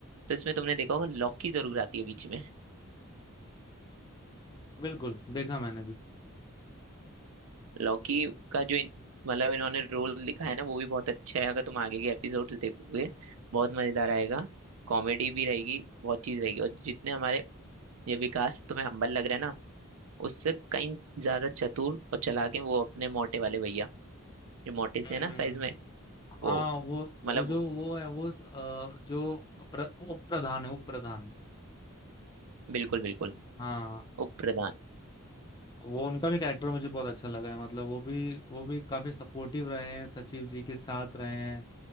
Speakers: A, on the right; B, on the left.
A: तो इसमें तुमने देखा होगा लॉकी जरूर आती है बीच में
B: बिल्कुल देखा मैंने भी
A: लॉकी का जो इन- मतलब इन्होंने रोल लिखा है ना वो भी बहुत अच्छा है अगर तुम आगे के एपिसोड्स देखोगे बहुत मजेदार आएगा कॉमेडी भी रहेगी बहुत चीज रहेगी और जितने हमारे ये विकास तुम्हें हम्बल लग रहा है ना उससे कहीं ज्यादा चतुर और चालाक है वो अपने मोटे वाले भैया जो मोटे से
B: हम्म
A: है ना साइज में
B: हाँ
A: वो
B: वो वो
A: मतलब
B: जो वो है वो अ, जो प्र, उप प्रधान है उप प्रधान
A: बिल्कुल बिल्कुल
B: हाँ
A: उप प्रधान
B: वो उनका भी कैरेक्टर मुझे बहुत अच्छा लगा है मतलब वो भी वो भी काफी सपोर्टिव रहे हैं सचिव जी के साथ रहे हैं